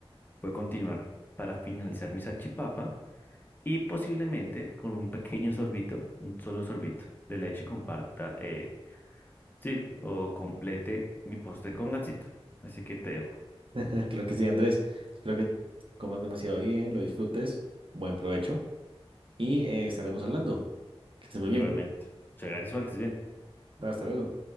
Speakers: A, on the left; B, on the right.
A: voy a continuar para finalizar mi salchipapa y posiblemente con un pequeño sorbito, un solo sorbito de leche comparta, eh, sí, o complete mi postre con gansito. Así que te dejo,
B: <laughs> Claro que sí, Andrés. Espero que comas demasiado bien, lo disfrutes, buen provecho y eh, estaremos hablando. Que estés muy
A: igualmente.
B: bien.
A: Muchas gracias, Juan, que estés bien.
B: Hasta luego.